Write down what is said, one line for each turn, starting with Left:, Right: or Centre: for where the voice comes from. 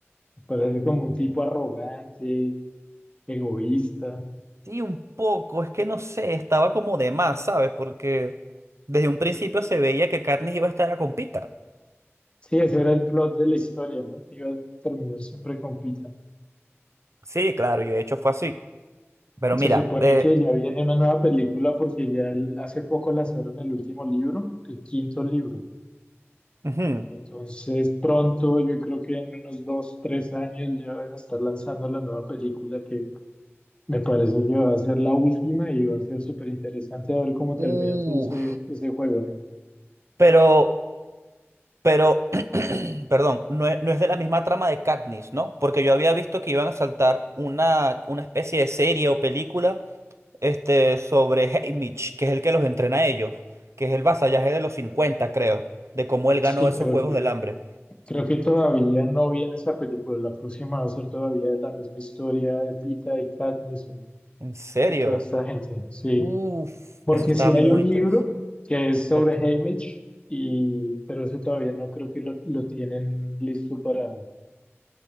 Left: Me parece como un tipo arrogante, egoísta.
Right: Sí, un poco. Es que no sé, estaba como de más, ¿sabes? Porque desde un principio se veía que Katniss iba a estar a compita.
Left: Sí, ese era el plot de la historia, ¿no? Que iba a terminar siempre con Pita.
Right: Sí, claro, y de hecho fue así. Pero
Left: Se
Right: mira,
Left: supone
Right: eh,
Left: que ya viene una nueva película porque ya el- hace poco lanzaron el último libro, el quinto libro.
Right: Ujú.
Left: Entonces pronto, yo creo que en unos dos, tres años ya van a estar lanzando la nueva película que Me parece que va a ser la última y va a ser súper interesante a ver cómo termina
Right: Uf,
Left: todo ese, ese juego, ¿no?
Right: Pero, pero, <clears throat> perdón, no es, no es de la misma trama de Katniss, ¿no? Porque yo había visto que iban a saltar una, una especie de serie o película este, sobre Haymitch, que es el que los entrena a ellos, que es el vasallaje de los 50 creo, de cómo él
Left: Sí,
Right: ganó esos
Left: creo
Right: Juegos
Left: que,
Right: del Hambre.
Left: creo que todavía no viene esa película. La próxima va a ser todavía la misma historia de Pita y Katniss y,
Right: ¿En serio?
Left: y toda esta gente. Sí,
Right: uf.
Left: porque
Right: Eso está
Left: si
Right: muy
Left: hay un
Right: interesante.
Left: libro que es sobre
Right: Ok.
Left: Haymitch, y, pero ese todavía no creo que lo, lo tienen listo para,